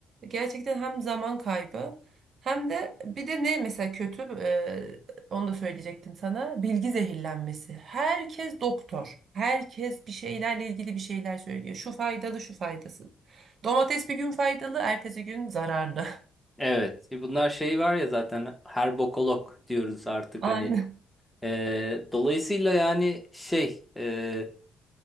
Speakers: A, on the right; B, in the centre.
A: gerçekten hem zaman kaybı hem de bir de ne mesela kötü e, onu da söyleyecektim sana bilgi zehirlenmesi. Herkes doktor. Herkes bir şeylerle ilgili bir şeyler söylüyor. Şu faydalı, şu faydasız. Domates bir gün faydalı, ertesi gün zararlı.
B: Evet, e, bunlar şey var ya zaten her bokolog diyoruz artık
A: <laughs> Aynen.
B: hani. E, dolayısıyla yani şey e,